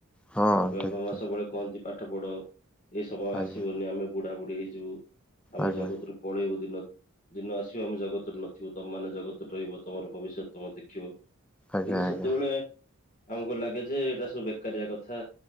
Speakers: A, in the centre; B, on the left.
A: ହଁ
B: ପା ବାପା
A: ଠିକ
B: ମା
A: ଠିକ।
B: ସବୁବେଳେ କହନ୍ତି ପାଠ ପଢ। ଏଇ ସମୟ
A: ଆଜ୍ଞା
B: ଆସିବନି ଆମେ ବୁଢାବୁଢ଼ୀ ହେଇଯିବୁ। ଆମେ
A: ଆଜ୍ଞା
B: ଜଗତରୁୁ ପଳେଇବୁ ଦିନ ଦିନ ଆସିବ ଆମେ ଜଗତରେ ନଥିବୁ ତମ ମେ ଜଗତରେ ରହିବ ତମର ଭବିଷ୍ୟତ ତମେ ଦେଖିବ।
A: ଆଜ୍ଞା
B: କିନ୍ତୁ ସେତୋବେଳେ
A: ଆଜ୍ଞା
B: ଆମକୁ ଲାଗେ ଯେ ଏଇଟା ସବୁ ବେକାରିଆ କଥା।